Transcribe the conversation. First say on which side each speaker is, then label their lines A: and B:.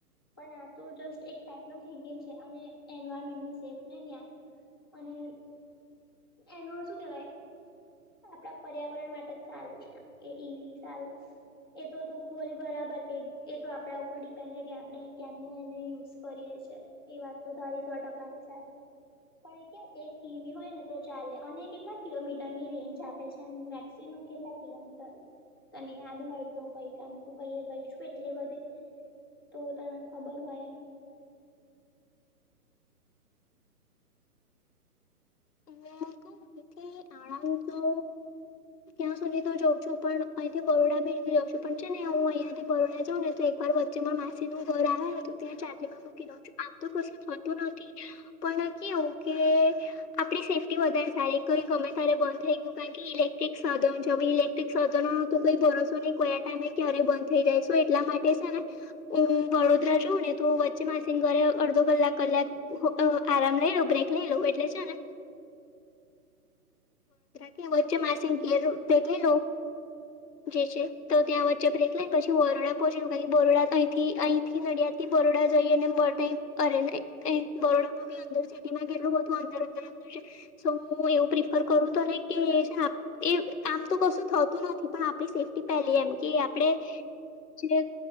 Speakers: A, on the left; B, on the left.
A: પણ આ તો જસ્ટ એક ટાઈપનું થિકિંગ છે અને એન્વાયરમેન્ટની સેફ રેય ને યાર અને એનું શું કેવાય આપડા પ ર્યાવરણ માટે જ સારું છે. એ ઈવી સારું એ તો તું બોલી બરાબર કે એ તો આપડા ઉપર ડિપેન્ડેડ રેઇ આપણેે કેમનું એને યુઝ કરીએ છે. એ વાત તો તારી સો ટકાની સાચી. પણ એ કેમ એક ઈવી હોય ને તો ચાલે અને કેટલા કિલોમીટર ની રેન્જ આપે છે, મેક્સિમમ કેટલા કિલોમીટર? તને યાદ હોય તો કઈ કામ તું કહીય ગઈશું એટલે બધે? તો તને ખબર હોય એમ.
B: હું આ કહું તેથી આડાન તો ત્યાં સુધી તો જાઉં છું પણ અહીંથી બરોડા બીચ જાઉ છું પણ છે ને હું અહિયાં થી બરોડા જઉં ને તો એક વા વ વચ્ચે માં માસીનું ઘર આવે તો ત્યાં ચાર્જિંગમાં મૂકી દઉં છું આમ તો કશું થતું નથી પણ કેયુ કે આપણી સેફ્ટી વધારે સારી કોઈ ગમે પેહેલે બંધ થઈ ગયું કારણ કે ઇલેક્ટ્રિક સાધનો છે. હવે ઇલેક્ટ્રિક સાધનો તો કોઈ ભરોસો નહીં કોઈ આ ટાઈમે ક્યા રે બંધ થઈ જાય એટલા માટે છેને હું વડોદરા જોઉ ને તો વચ્ચે માસીને ઘરે અડધો ક કલાક કલાક અહ આરામ લઈ લઉ બ્રેક લઈ લઉં એટલે છે ને ત્યાં વચ્ચે માસીનું ઘેર તે થઈ લૂ જે છે તો ત્યાં ચ્ચે બ્રેક લઈને પછી બરોડા પહોંચુ કારણ બરોડા અહીંથી અહીંથી નડિયાદથી બરોડા જઈએને બરટાઈમ અરે ને તે બરોડામાં બી અંદર થી દિન માં કેટલું બધું અંદર અંદર અંદર છે તો હું એવું પ્રિફર કરું તો કે છેને આ એ આમ તો કશું થતું નથી પણ આપણી સેફ્ટી પહેલી એમ. કે આપડે